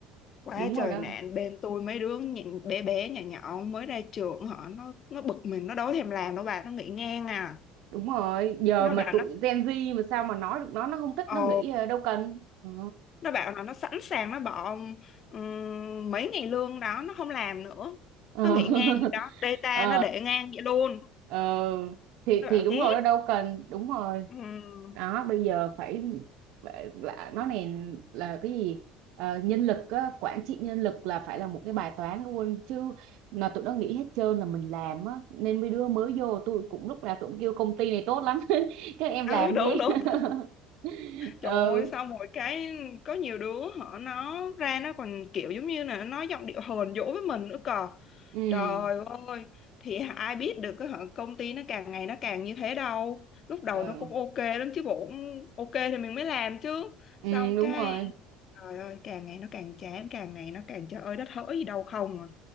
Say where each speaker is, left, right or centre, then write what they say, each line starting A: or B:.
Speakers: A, on the left (about 40°); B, on the right (about 55°).
A: Quá
B: đúng
A: trời
B: rồi đó
A: nạn bên tôi mấy đứa nhìn bé bé nhỏ nhỏ mới ra trường họ nó nó bực mình nó đâu thèm làm đâu bà nó nghỉ ngang à
B: đúng rồi giờ
A: nó
B: mà
A: bảo
B: tụi
A: nó
B: Gen Z mà sao mà nói được nó nó không thích
A: ồ
B: nó nghĩ ờ, đâu cần ừ.
A: nó bảo là nó sẵn sàng nó bỏ ừm, mấy ngày lương đó nó không làm nữa
B: Ờ.
A: nó nghỉ
B: <laughs>
A: ngang vậy đó data
B: ờ
A: nó để ngang vậy luôn
B: ờ thì
A: nó bảo
B: thì đúng
A: ghét
B: rồi đó đâu cần đúng rồi
A: Ừm,
B: đó bây giờ phải phải- là nó này là cái gì Ờ, nhân lực á, quản trị nhân lực là phải là một cái bài toán luôn chứ mà tụi nó nghĩ hết trơn là mình làm á nên mấy đứa mới vô tôi cũng lúc nào tụi cũng kêu công ty này tốt lắm <laughs> các em
A: ừ
B: làm
A: đúng
B: đi
A: đúng
B: <laughs>
A: trời
B: ừ
A: ơi sao mỗi cái có nhiều đứa họ nó ra nó còn kiểu giống như là nó nói giọng điệu hờn dỗi với mình nữa cờ
B: ừ
A: trời ơi thì ai biết được cái họ công ty nó càng ngày nó càng như thế đâu lúc đầu
B: ừ
A: nó cũng ok lắm chứ bộ cũng ok thì mình mới làm chứ
B: ừ,
A: xong
B: đúng
A: cái
B: rồi
A: Trời ơi, càng ngày nó càng chán, càng ngày nó càng trời ơi đất hỡi gì đâu không à.